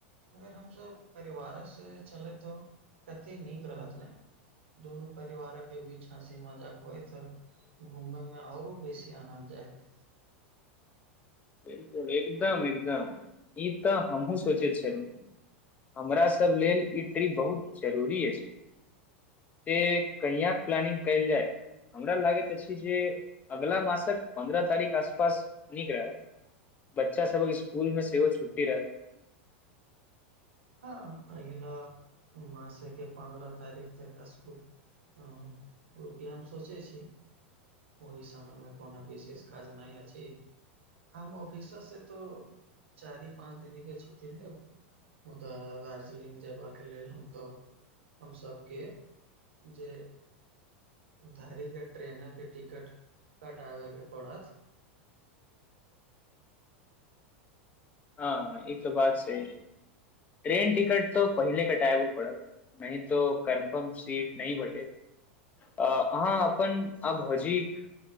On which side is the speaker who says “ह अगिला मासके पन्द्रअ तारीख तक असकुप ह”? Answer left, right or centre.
Right